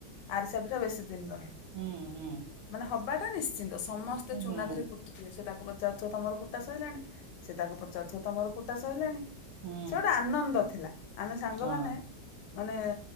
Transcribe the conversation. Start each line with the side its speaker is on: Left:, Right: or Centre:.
Left: ଆରିସା ପିଠା ବେଶୀ ଦିନ ରହେ।
Right: ହୁଁ ହୁଁ
Left: ମାନେ ହବାଟା ନିଶ୍ଚିନ୍ତ। ସମସ୍ତେ ଚୁନା
Right: ହୁଁ
Left: ଧରି କୁଟ ଟିବେ। ସେ ତାକୁ ପଚାରୁଥିବ ତମର କୁଟା ସଇଲାଣି, ସେ ତାକୁ ପଚାରୁଥିବ ତମର କୁଟା ସଇଲାଣି?
Right: ହୁଁ
Left: ସେ ଗୋଟେ ଆନନ୍ଦ ଥିଲା। ଆମେ ସାଙ୍ଗମାନେ
Right: ହଁ
Left: ମାନେ